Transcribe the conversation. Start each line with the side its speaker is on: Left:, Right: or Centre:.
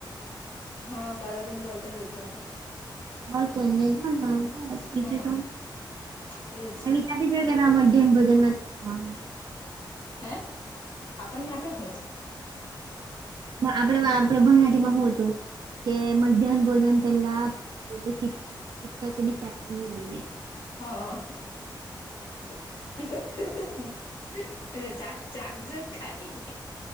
Left: હા કલરીંગ બોલપેન લઈ જા આપની
Right: હા તને જ બસ
Left: હમ
Right: બીજું તો
Left: એજ
Right: ક્યાંથી જાય મધ્યમ ભોજનમાં હા
Left: હે આપણને આપે હું છું.
Right: આપણે આપણે ભરાટીમાં હું હતું કે મધ્યાહન ભોજન પેલા શ શતા કે સ મુએ
Left: હા <unintelligible> ચાક ચાક જોત ખાલી